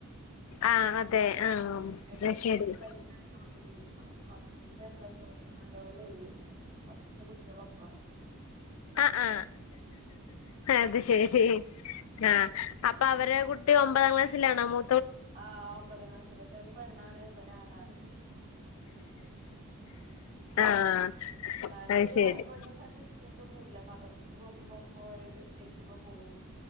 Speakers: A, on the left; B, on the right.
A: ആഹ് അതെ ആഹ്
B: <unintelligible>
A: അത് ശരി
B: ഫസ്റ്റ്ത്തെ പ്രസവം കൊണ്ടോവലും ഒരു ദിവസം ഫസ്റ്റ്ത്തെ കുട്ട്യാള് ഒപ്പാണ്
A: ആ ആ അത്ശരി ആഹ് അപ്പൊ അവരെ കുട്ടി ഒമ്പതാം ക്ലാസ്സിലാണോ മൂ
B: ആഹ് ഒമ്പതാം ക്ലാസ് പക്ഷെ അത് പെണ്ണാണ് ഇവനണാണ്
A: ആഹ്
B: എന്നാലും
A: അത്
B: ഓല്
A: ശരി
B: ആണും പണ്ണുംല്ല വ്യത്യാസം ഒന്നുല്ല മദർ സ് പോകുമ്പോ ഇപ്പൊര് വെക്കുമ്പോ പോകും